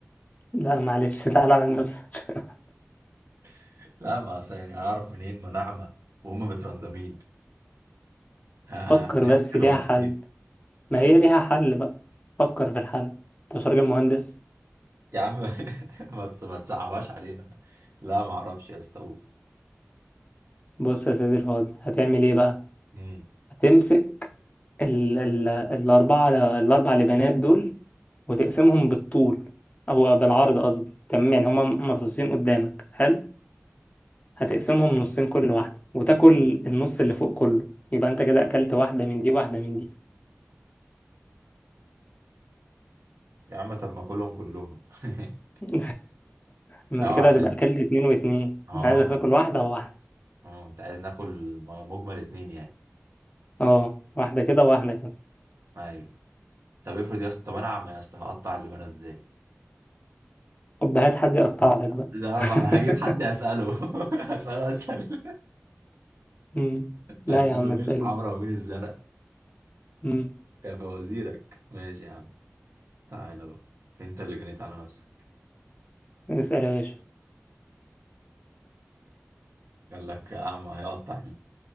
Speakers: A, on the left; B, on the right.
A: لا معلش <laughs> تعالى على نفسك
B: <laughs> لا ما أصل يعني هعرف منين ما ناعمة وهم مترندمين
A: <laughs>
B: هنسحر
A: فكر بس ليها
B: <laughs> ولا
A: حل
B: إيه؟
A: ما هي ليها حل بقى فكر في الحل انت مش راجل مهندس
B: يا عم <laughs> ما ت- ما تصعبهاش علينا لا ما اعرفش يا اسطى
A: بص يا سيدي الفاضل هتعمل ايه بقى
B: امم
A: هتمسك ال ال الأربعة الأربع لبنات دول وتقسمهم بالطول أو بالعرض قصدي تمام يعني هما مرصوصين قدامك حلو هتقسمهم نصين كل واحدة وتاكل النص اللي فوق كله يبقى انت كده أكلت واحدة من دي واحدة من دي
B: يا عم طب ما كلهم كلهم <laughs>
A: <laughs> ما
B: اه
A: انت كده
B: عشان
A: هتبقى اكلت اتنين واتنين
B: اه
A: انا عايزك تاكل واحدة وواحدة
B: اه انت عايز ناكل م- مجمل اتنين يعني
A: اه واحدة كده وواحدة كده
B: ايوه طب افرض يا اسطى طب انا عم يا اسطى هقطع اللي انا ازاي
A: طب هات حد يقطع لك بقى
B: لا
A: <laughs>
B: ما انا هجيب حد اساله <laughs> اساله اسال
A: مم. لا
B: اساله
A: يا عم ما
B: مين
A: تسأله
B: الحمراء ومين الزرق
A: مم.
B: يا فوازيرك ماشي يا عم تعالى بقى انت اللي جنيت على نفسك
A: اسأل يا باشا
B: قال لك اعمى هيقطع